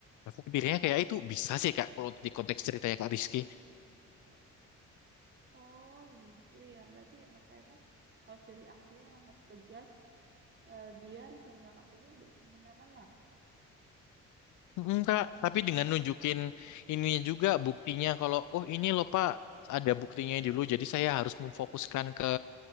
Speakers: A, on the left; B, on the right.
A: Nah, Aku pikirnya kayak "Ah, itu bisa sih Kak kalau di konteks ceritanya Kak Rizky.
B: Oh gitu ya, berarti emang kayaknya harus dari akunya yang harus tegas, eee, biar senior aku ini nggak semena-mena.
A: Mm, Kak, tapi dengan nunjukin ininya juga buktinya kalau oh ini loh Pak ada buktinya dulu jadi saya harus memfokuskan ke